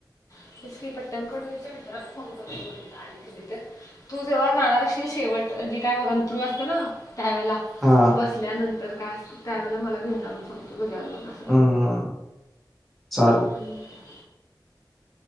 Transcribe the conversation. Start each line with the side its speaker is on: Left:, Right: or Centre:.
Left: <unintelligible> त्या मित्राचा फोन <unintelligible> <unintelligible> तू जेव्हा जाणार असशील शेवट जी काही उरंत्रू असते ना. त्यावेळेला
Centre: हा
Left: बसल्यानंतर काय असत त्यावेळेला मला घेऊन जा म्हणून सांगतो तुझ्याबरोबर <unintelligible>
Centre: हम्मम चाल
Left: ह